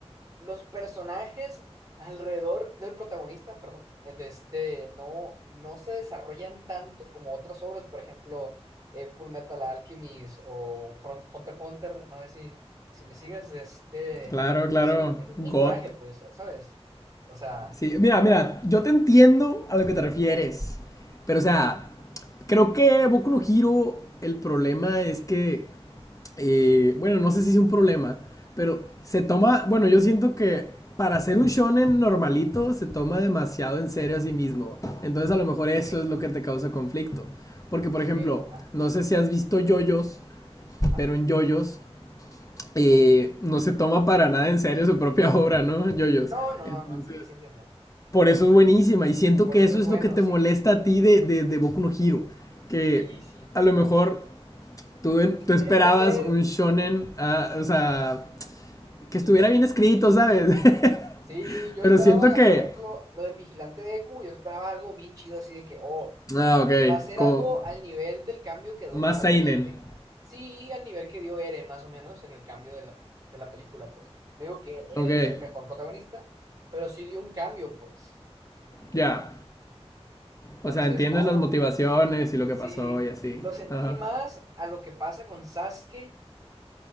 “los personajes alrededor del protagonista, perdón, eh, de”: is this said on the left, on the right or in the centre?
Right